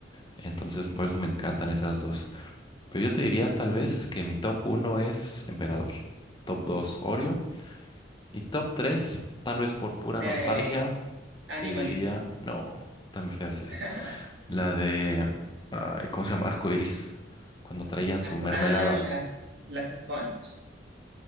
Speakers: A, on the left; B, on the right.
A: Entonces, por eso me encantan esas dos. Pero yo te diría tal vez que mi top uno es Emperador, top 2 Oreo y top 3 tal vez por pura
B: De
A: nostalgia,
B: animalito.
A: te diría, no, también feas es
B: <laughs>
A: la de, ay, ¿cómo se llama? Arco Iris, cuando traían su
B: Arco-
A: mermelada.
B: Ah, las, las sponge.